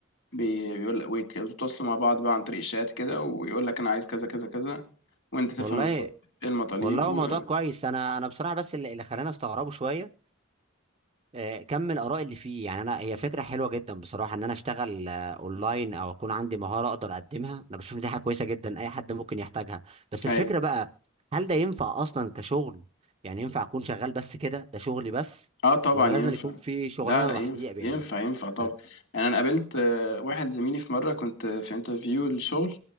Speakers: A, on the left (about 60°); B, on the right (about 30°).
A: بيقول لك ويتواصلوا مع بعض بقى عن طريق الشات كده ويقول لك انا عايز كذا كذا كذا وانت تفهم
B: والله
A: بالظبط ايه المطالب
B: والله هو
A: و...
B: موضوع كويس انا انا بصراحه بس اللي اللي خلاني استغربه شويه آه، كم الاراء اللي فيه يعني انا هي فكره حلوه جدا بصراحه ان انا اشتغل آه، اونلاين او اكون عندي مهاره اقدر اقدمها انا بشوف إن دي حاجه كويسه جدا اي حد ممكن يحتاجها بس
A: ايوه
B: الفكره بقى هل ده ينفع اصلا كشغل يعني ينفع اكون شغال بس كده ده شغلي بس
A: اه طبعا
B: ولا
A: ينفع
B: لازم يكون في شغلانه
A: لا لا
B: لوحدي
A: ينفع
B: يعني
A: ينفع ينفع طبعا
B: ف...
A: يعني انا قابلت آه، واحد زميلي في مره كنت في انترفيو للشغل